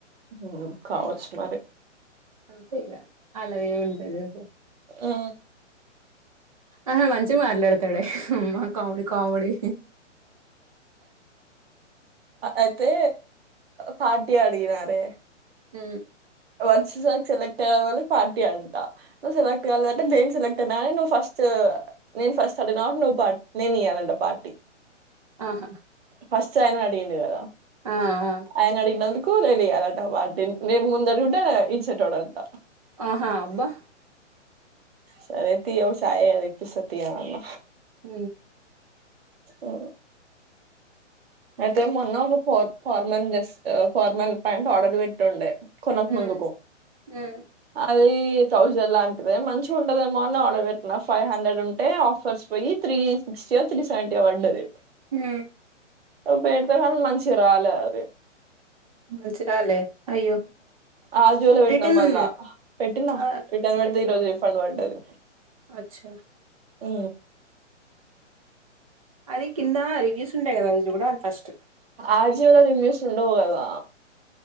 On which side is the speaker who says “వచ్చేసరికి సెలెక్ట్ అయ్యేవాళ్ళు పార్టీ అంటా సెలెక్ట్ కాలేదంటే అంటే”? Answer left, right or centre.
Right